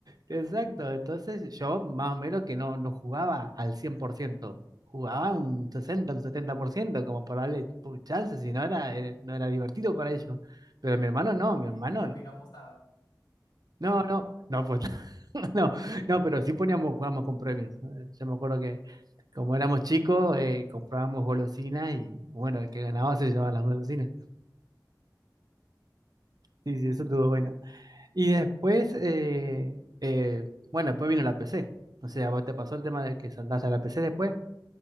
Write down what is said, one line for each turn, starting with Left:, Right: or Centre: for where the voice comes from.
Right: Exacto, entonces yo más o menos que no, no jugaba al 100%, jugaba un 60, un 70%, como para darle pu- chance, si no era, era- no era divertido para ellos. Pero mi hermano no, mi
Left: y,
Right: hermano,
Left: y no, y no apostaban.
Right: no, no, no, pues <laughs> no, no, pero sí poníamos, jugábamos con premios. Eh, Yo me acuerdo que como éramos chicos, eh, comprábamos golosinas y bueno, el que ganaba se llevaba las golosinas. Sí, sí, eso estuvo bueno. Y después, eh, eh, bueno, después vino la PC. O sea, ¿vos te pasó el tema de que saltaste a la PC después?